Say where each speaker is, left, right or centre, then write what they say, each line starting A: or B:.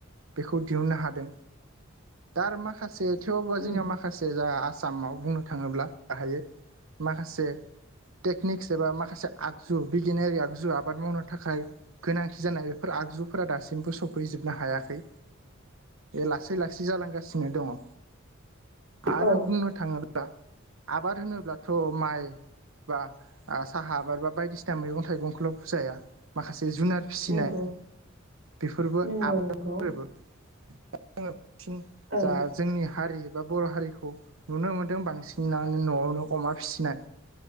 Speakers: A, on the right (about 80°); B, on the right (about 60°).
A: बेखौ दिहुननो हादों दा आरो माखासे थेवबो
B: उम
A: जोंनियाव माखासे जा आसामाव बुंनो थाङोब्ला गाहायै माखासे टेकनिक्स एबा माखासे आगजु बिगियानारि आगजु आबाद मावनो थाखाय गोनांथि जानाय। फोर आगजुफोरा दासिमबो सफैजोबनो हायाखै लासै लासै जालांगासिनो दङ आरो
B: औ
A: बुंनो थाङोब्ला आबाद होनोब्लाथ' माइ बा साहा ओ आबाद बा बायदिसिना मैगं थाइगंखौल' फुजाया माखासे जुनार फिसिनाय
B: नंगौ
A: बेफोरबो
B: नंगौ
A: आबाद
B: नंगौ
A: <unintelligible> ङो बांसिन
B: औ
A: जा जोंनि हारि बा बर' हारिखौ नुनो मोनो। बांसिनानो न'आवनो अमा फिनाय